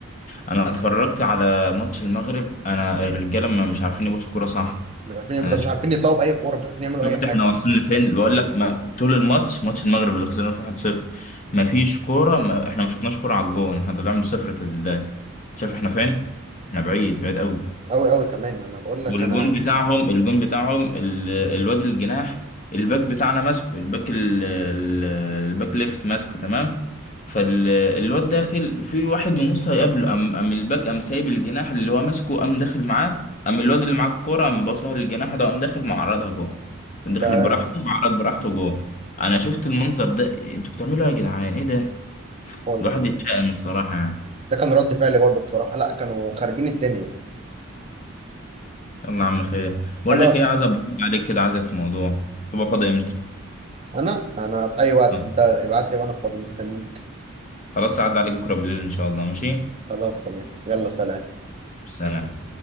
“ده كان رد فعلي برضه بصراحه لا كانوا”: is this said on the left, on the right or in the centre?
Right